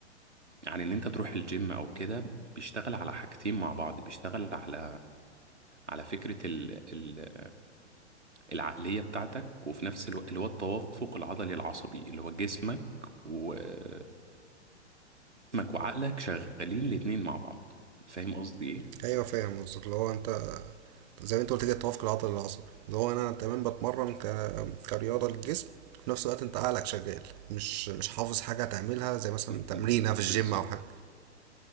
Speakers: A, on the right; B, on the right.
A: عن إن أنت تروح الجيم أو كده بيشتغل على حاجتين مع بعض بيشتغل على على فكرة ال... ال... العقلية بتاعتك وفي نفس الوقت اللي هو التوافق العضلي العصبي اللي هو جسمك وجسمك وعقلك شغالين الاتنين مع بعض فاهم قصدي ايه؟
B: أيوة فاهم قصدك اللي هو أنت زي ما أنت قلت كده التوافق العضلي العصبي اللي هو أنا تمام بتمرن ك... كرياضة للجسم في نفس الوقت أنت عقلك شغال مش مش حافظ حاجة تعملها زي مثلا
A: م-
B: تمرينة
A: م- بالظبط
B: في الجيم أو حاجة